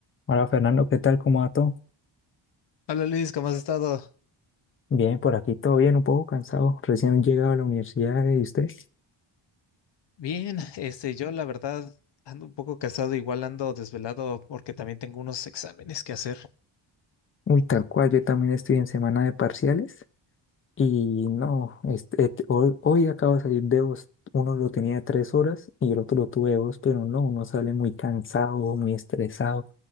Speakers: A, on the left; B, on the left.
A: Hola Fernando, ¿qué tal? ¿Cómo va todo?
B: Hola Luis, ¿cómo has estado?
A: Bien, por aquí todo bien, un poco cansado. Recién llegado a la universidad y usted.
B: Bien, este, yo la verdad ando un poco cansado, igual ando desvelado porque también tengo unos exámenes que hacer.
A: Uy, tal cual, yo también estoy en semana de parciales y no, este, et- hoy, hoy acabo de salir de dos. Uno lo tenía de tres horas y el otro lo tuve de dos, pero no, uno sale muy cansado, muy estresado